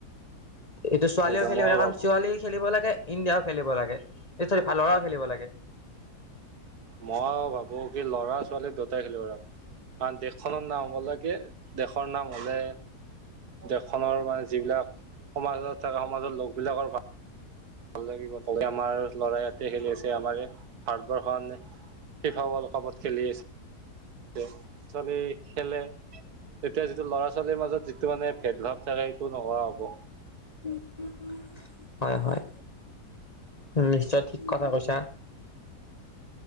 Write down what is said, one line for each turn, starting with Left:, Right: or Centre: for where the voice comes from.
Left: এইটো ছোৱালীয়েও
Right: সেইটো
Left: খেলিব
Right: মই
Left: ন কাৰণ
Right: ভাবো
Left: ছোৱালী দিব লাগে ইণ্ডিয়া খেলিব লাগে ভাল ল'ৰাও খেলিব লাগে
Right: মই ভাবো কি ল'ৰা ছোৱালী দুটাই খেলিব লাগে আৰু দেশখনৰ নাম হব‌ লাগে দেশৰ নাম হলে দেশখনৰ মানে যিবিলাক সমাজত থাকে সমাজৰ লোকবিলাকৰ ভাল ভাল লাগিব ক'বলে আমাৰ ল'ৰাই ইয়াতে খেলি আছে আমাৰে, ভাৰতবৰ্ষ ফিফা ৱৰ্ল্ড কাপত খেলি <inaudible> ল'ৰা ছোৱালী খেলে, তেতিয়া যিটো ল'ৰা ছোৱালীৰ মাজত যিটো মানে ভেদ ভাৱ থাকে সেইটো নোহোৱা হ'ব।
Left: উম উম উম হয় হয় নিশ্চয় ঠিক কথা কৈছা